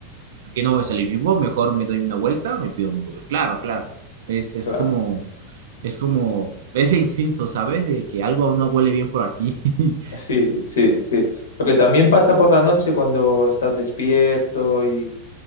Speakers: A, on the right; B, on the left.
A: que no voy a salir vivo, mejor me doy una vuelta, me pido un Uber. Claro, claro. Es, es
B: Claro,
A: como, es como ese instinto, ¿sabes? De que algo aún no huele bien por aquí. <laughs>
B: sí, sí, sí. Lo que también pasa por la noche cuando estás despierto y